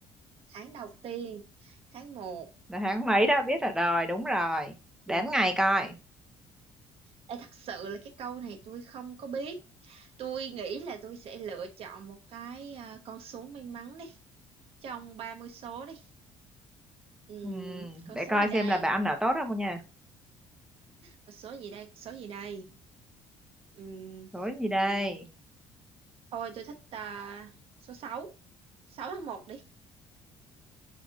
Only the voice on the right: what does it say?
tháng đầu tiên, tháng một
Ừ.
Ê, thật sự là cái câu này tôi không có biết. Tôi nghĩ là tôi sẽ lựa chọn một cái à, con số may mắn đi, trong 30 số đi. Ừ,
con
số
gì
đây?
Con số gì đây? Con số gì đây? Ừ,
thôi tôi thích à, số sáu 6 tháng một đi.